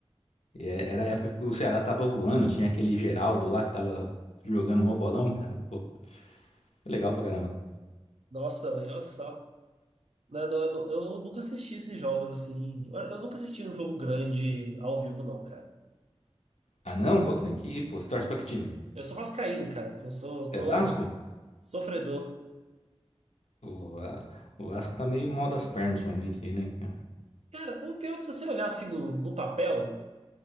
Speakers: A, on the left (about 85°); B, on the right (about 70°).
A: E é- era a época que o Ceará tava voando. Tinha aquele Geraldo lá que tava jogando mó bolão, cara. Pô, legal pra caramba.
B: nossa, velho, olha só. Não, não, eu, nu- eu nunca assisti esses jogos assim. Eu eu nunca assisti um jogo grande ao vivo, não, cara.
A: Ah, não, pô, você tem que ir, pô. Você torce pra que time?
B: Eu sou vascaíno, cara. Eu sou,
A: É
B: tô
A: Vasco?
B: sofredor.
A: O, a- o Vasco tá meio mal das pernas ultimamente aí, né, cara?
B: Cara, o pior é que se você olhar assim no, no papel,